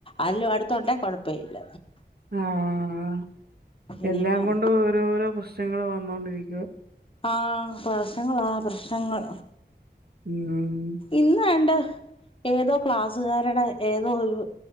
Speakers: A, on the left; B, on the right.
A: അല്ലും അടുത്തൊണ്ടേ കുഴപ്പമില്ല
B: ആഹ
A: ഇനിയിപ്പം
B: എല്ലാം കൊണ്ട ഓരോഓരോ പ്രശ്നങ്ങള്ൾ വന്നോണ്ടിരിക്കും <inaudible>
A: ആഹ പ്രലശങ്ങ ആ പ്രശ്നങ്ങൾ
B: ഉം
A: ഇന്ന് വേണ്ട ഏതോ ക്ലാസ്സുകാരുടെ ഏതോ ഒരു